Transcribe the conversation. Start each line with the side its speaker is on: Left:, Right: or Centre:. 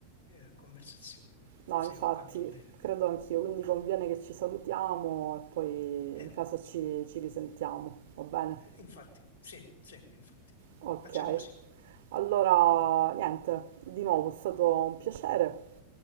Left: eh, conversazione,
Right: No,
Left: se
Right: infatti,
Left: ho capito bene.
Right: credo anch'io, quindi conviene che ci salutiamo e poi
Left: Eh,
Right: in caso ci, ci risentiamo. Va bene?
Left: eh, infatti, sì, sì, infatti.
Right: Ok.
Left: Facciamo così.
Right: Allora, niente, di nuovo è stato un piacere